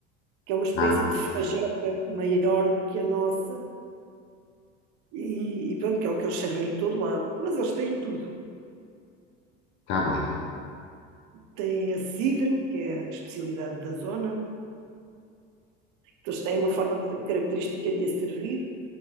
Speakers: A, on the right; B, on the left.
A: que é uma espécie
B: Ah,
A: de fajoca maior do que a nossa, e, e pronto, que é o que eles servem em todo lado. Mas eles têm tudo.
B: está bem,
A: Têm a cidra, que é a especialidade da zona, eles têm uma forma característica de a servir,